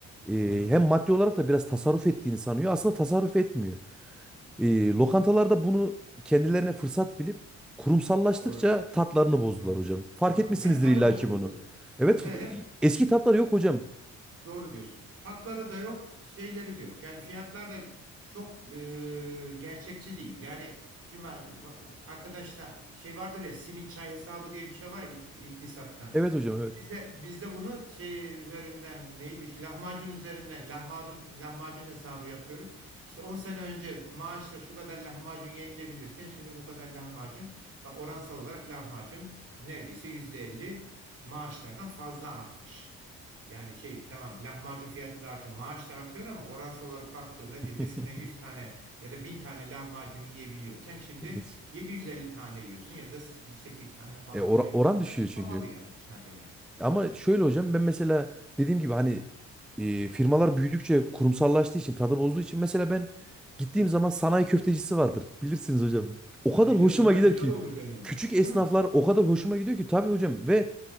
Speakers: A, in the centre; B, on the right.
A: E,
B: aha,
A: hem maddi olarak da biraz tasarruf ettiğini sanıyor. Aslında tasarruf etmiyor. E, lokantalarda bunu kendilerine fırsat bilip kurumsallaştıkça
B: doğru.
A: tatlarını bozdular
B: Hmm,
A: hocam. Fark
B: anladım.
A: etmişsinizdir
B: Hem tadı
A: illaki
B: bozuldu.
A: bunu. Evet
B: He, hem
A: eski tatlar yok hocam.
B: Doğru diyorsun. Tatları da yok, şeyleri de yok. Yani fiyatlar da çok e, gerçekçi değil. Yani şimdi ben arkadaşla şey vardır ya simit çay hesabı diye bir şey var ya ikt- iktisatta.
A: Evet hocam evet.
B: Bizde bizde bunu şey üzerinden neydi şu lahmacun üzerinden lahmacun lahmacun hesabı yapıyoruz. İşte 10 sene önce maaşla şu kadar lahmacun yenilebilirken şimdi bu kadar lahmacun bak oransal olarak lahmacun neredeyse %50 maaşlardan fazla artmış. Yani şey tamam lahmacun fiyatı da artıyor maaş da artıyor ama oransal olarak baktığında
A: <laughs>
B: diyelim eskiden 100 tane ya da 1000 tane lahmacun yiyebiliyorken şimdi
A: Evet.
B: 750 tane yiyorsun ya da 800 tane falan
A: E, ora-
B: filan yiyorsun.
A: oran
B: Bence
A: düşüyor
B: pahalı
A: çünkü.
B: yani dışarıda yemek.
A: Ama şöyle hocam ben mesela dediğim gibi hani e, firmalar büyüdükçe kurumsallaştığı için tadı bozduğu için mesela ben gittiğim zaman sanayi köftecisi vardır. Bilirsiniz hocam. O
B: Ha,
A: kadar
B: bilirim
A: hoşuma
B: onlar
A: gider
B: güzel
A: ki
B: olur genelde.
A: küçük esnaflar
B: Değil mi?
A: o kadar hoşuma gidiyor ki tabii hocam ve